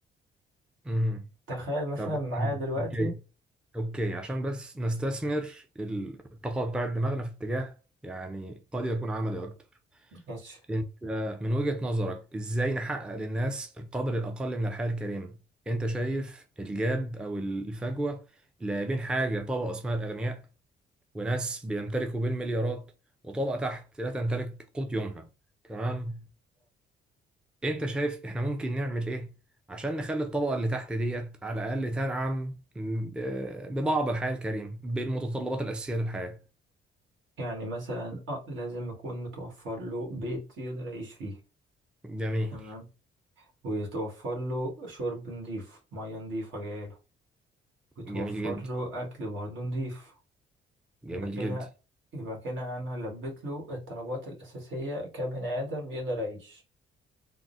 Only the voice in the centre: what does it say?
مهم.
طب اوكي
اوكي اوكي عشان بس نستثمر الطاقة بتاعت دماغنا في اتجاه يعني قد يكون عملي أكتر
أنت من وجهة نظرك إزاي نحقق للناس القدر الأقل من الحياة الكريمة؟ أنت شايف الجاب أو الفجوة اللي بين حاجة طبقة اسمها الأغنياء وناس بيمتلكوا بالمليارات وطبقة تحت لا تمتلك قوت يومها تمام انت شايف احنا ممكن نعمل ايه عشان نخلي الطبقة اللي تحت ديت على الأقل تنعم ب- ببعض الحياة الكريمة بالمتطلبات الأساسية للحياة
جميل
جميل جدا
جميل
جدا